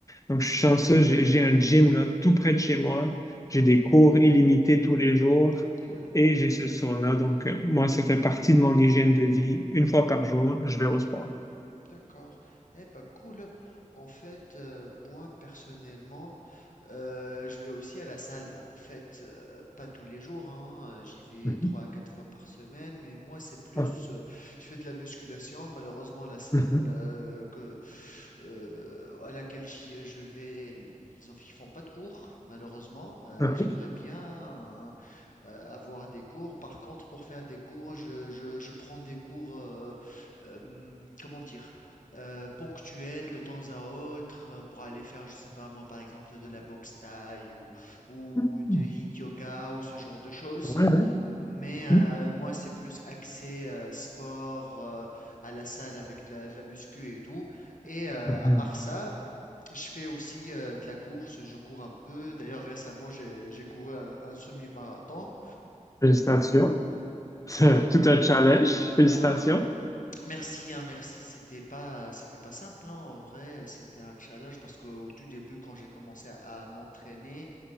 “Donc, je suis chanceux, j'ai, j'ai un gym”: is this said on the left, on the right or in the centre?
Left